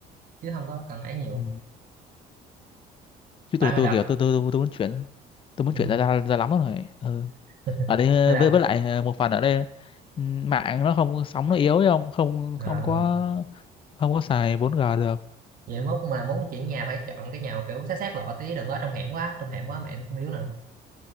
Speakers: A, on the right; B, on the left.
A: chứ không có cần ấy nhiều
B: Ừ. Chứ
A: tại
B: tôi
A: hồi
B: tôi
A: đợt
B: kiểu tôi tôi tôi, tôi muốn chuyển tôi muốn
A: ừ,
B: chuyển ra ra, ra lắm rồi. Ừ.
A: <laughs>
B: Ở đây ờ,
A: hồi đợt
B: với với lại ờ, một phần ở đây ừ, mạng nó không sóng nó yếu ấy không không
A: à,
B: không có không có xài bốn g được.
A: vậy mốt mà muốn chuyển nhà phải chọn cái nhà kiểu sát sát lộ tí đừng có trong hẻm quá trong hẻm quá mẹ nó cũng yếu nè